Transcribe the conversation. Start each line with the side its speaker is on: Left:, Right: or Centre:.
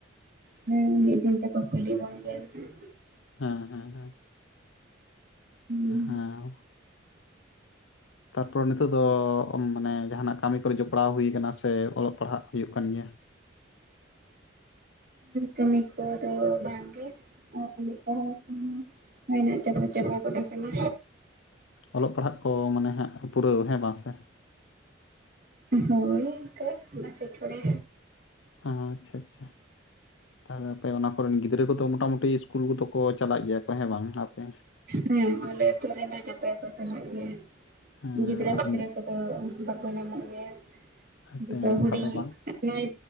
Right: ᱦᱮᱸ ᱢᱤᱫ ᱫᱤᱱ ᱫᱮᱠᱚ ᱠᱩᱞᱤ ᱵᱚᱱ ᱜᱮᱭᱟ ᱱᱟᱦᱟᱜ
Left: ᱦᱮᱸ ᱦᱮᱸ ᱦᱮᱸ
Right: ᱦᱩᱸ
Left: ᱦᱮᱸ ᱛᱟᱨᱯᱚᱨᱮ ᱱᱤᱛᱚᱜ ᱫᱚ ᱢᱟᱱᱮ ᱡᱟᱦᱟᱱᱟᱜ ᱠᱟᱹᱢᱤ ᱠᱚᱨᱮ ᱡᱚᱯᱲᱟᱣ ᱦᱩᱭᱩ ᱠᱟᱱᱟ ᱥᱮ ᱚᱞᱚᱜ ᱯᱟᱲᱦᱟᱜ ᱦᱩᱭᱩᱜ ᱠᱟᱱ ᱜᱮᱭᱟ
Right: ᱠᱟᱹᱢᱤ ᱠᱚ ᱟᱫᱚ ᱵᱟᱝ ᱜᱮ ᱟᱨ ᱚᱞᱚᱜ ᱯᱟᱲᱦᱟᱣ ᱠᱚᱦᱚᱸ ᱦᱩᱭ ᱪᱟᱵᱟ ᱪᱟᱵᱟ ᱜᱚᱫ ᱠᱟᱱᱟ
Left: ᱚᱞᱚᱜ ᱯᱟᱲᱦᱟᱜ ᱠᱚ ᱢᱟᱱᱮ ᱦᱟᱸᱜ ᱯᱩᱨᱟᱹᱣ ᱦᱮᱸ ᱵᱟᱝ ᱥᱮ
Right: ᱦᱳᱭ ᱮᱱᱛᱮ ᱱᱟᱥᱮ ᱪᱚᱲᱮ
Left: ᱦᱮᱸ ᱟᱪᱪᱷᱟ ᱟᱪᱪᱷᱟ ᱛᱟᱨᱯᱚᱨᱮ ᱚᱱᱟ ᱠᱚᱨᱮᱱ ᱜᱤᱫᱽᱨᱟᱹ ᱠᱚᱫᱚ ᱢᱚᱴᱟᱢᱩᱴᱤ ᱥᱞᱩᱞ ᱠᱚᱫᱚ ᱠᱚ ᱪᱟᱞᱟᱜ ᱜᱮᱭᱟ ᱠᱚ ᱦᱮᱸ ᱵᱟᱝ ᱟᱯᱮ
Right: ᱦᱮᱸ ᱟᱞᱮ ᱟᱹᱛᱩ ᱨᱮᱱ ᱫᱚ ᱡᱚᱛᱚ ᱜᱮᱠᱚ ᱪᱟᱞᱟᱜ ᱜᱮᱭᱟ
Left: ᱦᱮᱸ
Right: ᱜᱤᱫᱽᱨᱟᱹ
Left: ᱟᱨ
Right: ᱯᱤᱫᱽᱨᱟᱹ ᱠᱚ ᱛᱚ ᱵᱟᱠᱚ ᱧᱟᱢᱚᱜ ᱜᱮᱭᱟ
Left: ᱦᱟᱱᱛᱮ
Right: ᱡᱚᱛᱚ
Left: ᱚᱱᱠᱟ
Right: ᱦᱩᱹᱰᱤᱧ
Left: ᱫᱚ ᱵᱟᱝ
Right: ᱱᱚᱭ